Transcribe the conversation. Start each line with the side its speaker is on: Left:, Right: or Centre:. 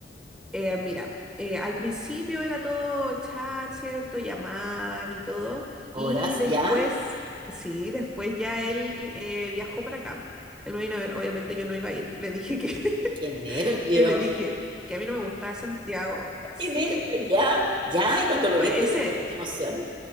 Centre: Eh, mira, eh, al principio era todo chat, ¿cierto? Llamadas y todo.
Right: ¿Horas
Centre: Y después,
Right: ya?
Centre: sí, después ya él eh, viajó para acá. Él me vino a ver, obviamente yo no iba a ir. Le dije que, <laughs>
Right: ¡Qué nervio!
Centre: yo le dije que a mí no me gustaba Santiago. Sí,
Right: ¡Qué nervio! ¿Ya? ¿Ya? ¿Y cuando lo
Centre: o
Right: viste,
Centre: ese,
Right: Dios mío, qué emoción?